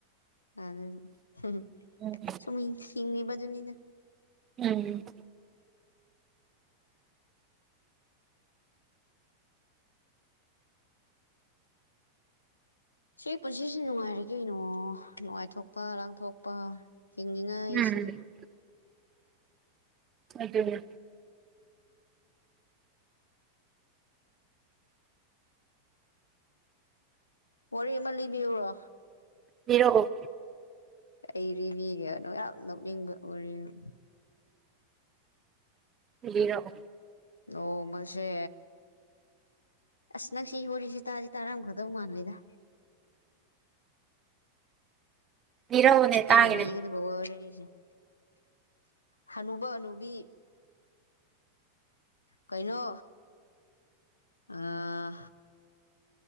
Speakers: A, on the left (about 80°); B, on the right (about 25°).
A: ꯑꯗꯨꯅꯤ
B: ꯎꯝ
A: ꯁꯨꯝ ꯍꯤꯡꯂꯤꯕꯅꯤꯗꯨꯅꯤꯗ
B: ꯎꯝ
A: ꯁꯤ ꯄꯨꯟꯁꯤꯁꯤ ꯅꯨꯡꯉꯥꯏꯔ ꯀꯩꯅꯣ ꯅꯨꯡꯉꯥꯏꯊꯣꯛꯄ ꯂꯥꯡꯊꯣꯛꯄ ꯍꯤꯡꯉꯤꯅ ꯑꯩꯁꯤꯗ
B: ꯎꯝ ꯑꯗꯨꯅꯤ
A: ꯋꯥꯔꯤ ꯑꯃ ꯂꯤꯕꯤꯌꯨꯔꯣ
B: ꯂꯤꯔꯛꯑꯣ
A: ꯑꯩ ꯔꯤꯕꯤꯒꯦ ꯌꯥꯝ ꯅꯣꯛꯅꯤꯡꯕ ꯋꯥꯔꯤ ꯑꯃ
B: ꯂꯤꯔꯛꯑꯣ
A: ꯑꯣ ꯃꯁꯦ ꯑꯁ ꯅꯪ ꯁꯤ ꯋꯥꯔꯤꯁꯤ ꯇꯥꯗꯤ ꯇꯥꯔꯥꯝ ꯒꯗꯧ ꯃꯥꯜꯂꯤꯗ
B: ꯂꯤꯔꯛꯑꯣꯅꯦ
A: ꯑꯩꯅ
B: ꯇꯥꯒꯦꯅꯦ
A: ꯂꯤꯒꯗꯕ ꯋꯥꯔꯤ ꯍꯅꯨꯕ ꯍꯅꯨꯕꯤ ꯀꯩꯅꯣ ꯑꯥ